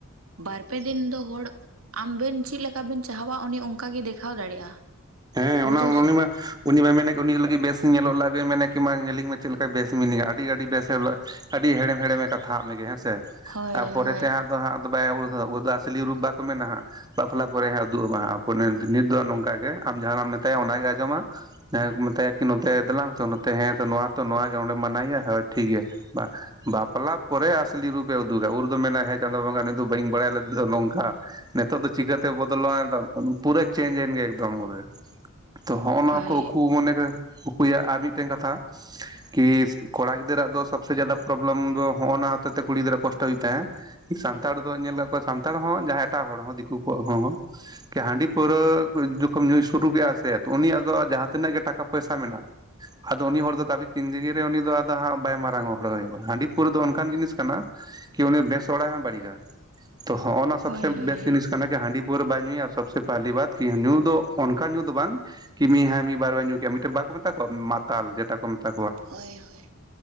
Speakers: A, on the right; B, on the right.
A: ᱵᱟᱨ ᱯᱮ ᱫᱤᱱ ᱫᱚ ᱦᱚᱲ ᱟᱢᱵᱮᱱ ᱪᱮᱫ ᱞᱮᱠᱟ ᱵᱮᱱ ᱪᱟᱦᱟᱣᱟ ᱩᱱᱤ ᱚᱱᱠᱟ ᱜᱮ ᱫᱮᱠᱷᱟᱣ ᱫᱟᱲᱮᱭᱟᱜᱼᱟ᱾
B: ᱦᱮᱸᱻ ᱚᱱᱟ
A: ᱵᱩᱡᱷᱟᱹᱣ
B: ᱩᱱᱤ
A: ᱥᱮ
B: ᱢᱟ ᱩᱱᱤ ᱢᱟᱭ ᱢᱮᱱᱮᱫ ᱩᱱᱤ ᱞᱟᱹᱜᱤᱫ ᱵᱮᱥ ᱧᱮᱞᱚᱜ ᱞᱟᱜᱮ ᱢᱮᱱᱮ ᱠᱤ ᱢᱟ ᱧᱮᱞᱤᱧ ᱢᱮ ᱪᱮᱫ ᱞᱮᱠᱟ ᱵᱮᱥ ᱢᱤᱱᱟᱹᱧᱟ, ᱟᱹᱰᱤᱰᱤ ᱟᱰᱤ ᱵᱮᱥᱮᱼᱟ᱾ ᱟᱹᱰᱤ ᱦᱮᱲᱮᱢ ᱦᱮᱲᱮᱢᱮ ᱠᱟᱛᱷᱟᱜ ᱢᱮᱜᱮ ᱦᱮᱸᱥᱮ,
A: ᱦᱳᱭ
B: ᱟᱨᱯᱚᱨᱮ
A: ᱦᱳᱭ
B: ᱛᱮ ᱦᱟᱸᱜ ᱫᱚ ᱦᱟᱸᱜ ᱵᱟᱭ ᱩᱫᱟ ᱟᱥᱤ ᱨᱩᱯ ᱵᱟᱠᱚ ᱢᱮᱱᱟ ᱦᱟᱸᱜ᱾ ᱵᱟᱯᱞᱟ ᱯᱚᱨᱮ ᱦᱟᱸᱜ ᱩᱫᱩᱜ ᱟᱢᱟ ᱦᱟᱸᱜ ᱦᱟᱯᱳᱭ ᱱᱤᱛ ᱱᱤᱛ ᱫᱚ ᱱᱚᱝᱠᱟ ᱜᱮ, ᱟᱢ ᱡᱟᱦᱟᱱᱟᱜ ᱢᱮᱛᱟᱭᱟ ᱚᱱᱟᱜᱮ ᱟᱸᱚᱢᱟ᱾ ᱡᱟᱦᱟᱸ ᱠᱚ ᱢᱮᱛᱟᱭᱟᱤ ᱱᱚᱛᱮ ᱫᱞᱟᱝ ᱛᱚ ᱱᱚᱛᱮ ᱦᱮᱸ ᱛᱚ ᱱᱚᱣᱟ ᱱᱚᱣᱟ ᱜᱮ ᱚᱱᱮᱢ ᱢᱟᱱᱟᱣᱮᱭᱟ ᱦᱳᱭ ᱴᱷᱤᱠᱜᱮᱭᱟ ᱵᱟᱯᱞᱟ ᱯᱚᱨᱮ ᱟᱥᱞᱤ ᱨᱩᱯᱮ ᱩᱫᱩᱜᱟ, ᱩᱨ ᱫᱚ ᱢᱮᱱᱟ ᱦᱮᱸ ᱪᱟᱸᱫᱳ ᱵᱚᱸᱜᱟ ᱱᱩᱭ ᱫᱚ ᱵᱟᱹᱧ ᱵᱟᱲᱟᱭ ᱞᱮᱫᱮ ᱫᱚ ᱱᱚᱝᱠᱟ᱾ ᱱᱤᱛᱚᱜ ᱫᱚ ᱪᱤᱠᱟᱹᱛᱮ ᱵᱚᱫᱚᱞᱚᱜ-ᱟᱭ ᱫᱚ ᱯᱩᱨᱟᱹ ᱪᱮᱧᱡ ᱮᱱ ᱜᱮ ᱮᱠᱫᱚᱢ ᱯᱩᱨᱟᱹ ᱛᱚ ᱦᱚᱜᱼ ᱱᱚᱣᱟ
A: ᱦᱳᱭ
B: ᱢᱚᱱᱮᱨᱮ ᱩᱠᱩᱭᱟ ᱟᱨ ᱢᱤᱫᱴᱮᱱ ᱠᱟᱛᱷᱟ, ᱠᱤᱻ ᱠᱚᱲᱟ ᱜᱤᱫᱟᱹᱨ ᱟᱜ ᱫᱚ ᱥᱚᱵᱽᱮ ᱡᱟᱫᱟ ᱯᱨᱚᱞᱮᱢ ᱫᱚ ᱦᱚᱜᱼᱚᱱᱟ ᱦᱚᱛᱮ ᱛᱮ ᱠᱩᱲᱤ ᱜᱤᱫᱽᱨᱟᱹᱜ ᱠᱚᱥᱴᱚ ᱦᱩᱭᱩᱜ ᱛᱟᱦᱮᱸᱜ-ᱟ ᱥᱟᱱᱛᱟᱲ ᱫᱚ ᱧᱮᱞ ᱟᱠᱟᱫ ᱠᱚᱣᱟ ᱥᱟᱱᱛᱟᱲ ᱦᱚᱸ ᱡᱟᱦᱟᱸᱭ ᱮᱴᱟᱜ ᱦᱚᱲ ᱦᱚᱸ ᱫᱤᱠᱩ ᱠᱚᱣᱟᱜ ᱦᱚᱸᱻ ᱠᱤ ᱦᱟᱺᱰᱤ ᱯᱟᱹᱣᱨᱟᱹ ᱡᱚᱠᱷᱚᱱ ᱧᱩᱭ ᱥᱩᱨᱩ ᱠᱮᱫᱼᱟ ᱥᱮ ᱛᱚ ᱩᱱᱤᱭᱟᱜ ᱫᱚ ᱡᱟᱦᱟᱸ ᱛᱤᱱᱟᱹᱜ ᱜᱮ ᱴᱟᱠᱟ ᱯᱚᱭᱥᱟ ᱢᱮᱱᱟᱜ ᱟᱫᱚ ᱩᱱᱤ ᱦᱚᱲ ᱫᱚ ᱛᱟᱵᱤ ᱠᱤᱧᱡᱮᱹᱜᱤᱨᱮ ᱩᱱᱤ ᱫᱚ ᱟᱫᱚ ᱦᱟᱸᱜ ᱵᱟᱭ ᱢᱟᱨᱟᱝᱚᱜᱼᱟ ᱦᱚᱲ ᱦᱟᱺᱰᱤ ᱯᱟᱹᱣᱨᱟᱹ ᱫᱚ ᱚᱱᱠᱟᱱ ᱡᱤᱱᱤᱥ ᱠᱟᱱᱟ ᱠᱤ ᱩᱱᱤᱮ ᱵᱮᱥ ᱦᱚᱲᱟ ᱦᱚᱸ ᱵᱟᱟᱹᱲᱤᱜᱽ-ᱟ ᱛᱚ ᱦᱚᱸᱚᱱᱟ ᱥᱚᱵ
A: ᱦᱳᱭ
B: ᱥᱮ
A: ᱦᱳᱭ
B: ᱵᱮᱥᱴ ᱡᱤᱱᱤᱥ ᱠᱟᱱᱮᱠᱟ ᱦᱟᱺᱰᱤ ᱯᱟᱹᱣᱨᱟᱹ ᱵᱟᱭ ᱧᱩᱭᱟ ᱥᱚᱵᱥᱮ ᱯᱟᱦᱞᱤ ᱵᱟᱛ ᱠᱤ ᱧᱩ ᱫᱚ ᱚᱱᱠᱟ ᱧᱩ ᱫᱚ ᱵᱟᱝ ᱠᱤ ᱢᱤ ᱵᱟᱨ ᱵᱟ ᱧᱩ ᱜᱮᱭᱟᱢ ᱢᱤᱴᱤᱡ ᱵᱟᱠᱚ ᱢᱮᱛᱟ ᱠᱚᱣᱟ ᱢᱟᱛᱟᱞ ᱡᱮᱴᱟ ᱠᱚ ᱢᱮᱛᱟ
A: ᱦᱳᱭ ᱦᱳᱭ